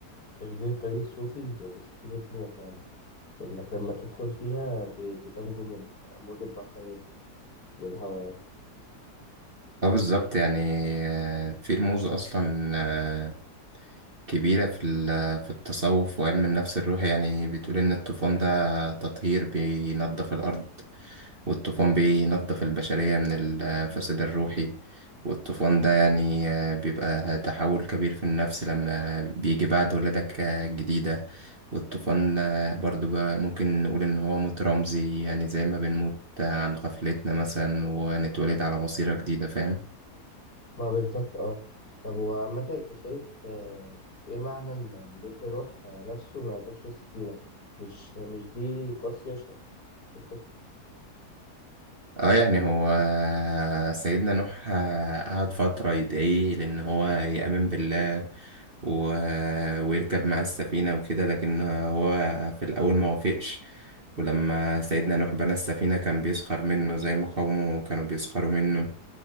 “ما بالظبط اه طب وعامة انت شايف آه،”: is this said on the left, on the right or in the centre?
Left